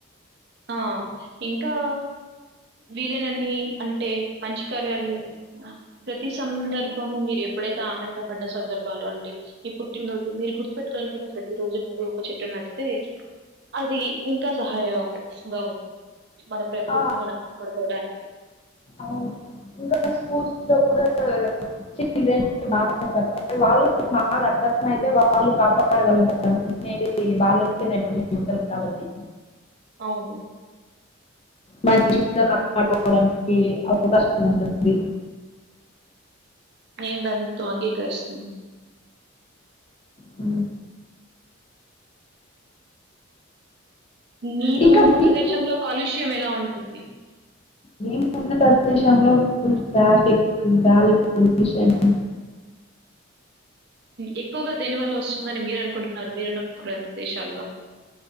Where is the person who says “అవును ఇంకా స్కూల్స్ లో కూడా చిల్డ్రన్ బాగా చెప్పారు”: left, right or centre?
Left